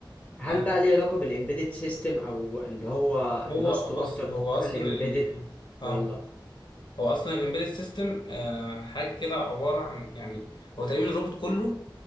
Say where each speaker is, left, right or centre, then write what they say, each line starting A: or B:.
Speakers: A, on the left; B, on the left.
A: هل
B: آه،
A: بقى ليه علاقة بالإمبيدد سيستم أو اللي هو
B: هو
A: دراسته
B: بص
A: أكتر
B: هو
A: في حوار
B: اصلا
A: الإمبيدد
B: ال... اه
A: ولا؟
B: هو اصلا الامبيدد سيستم حاجه كده عباره عن يعني هو تقريبا الروبوت كله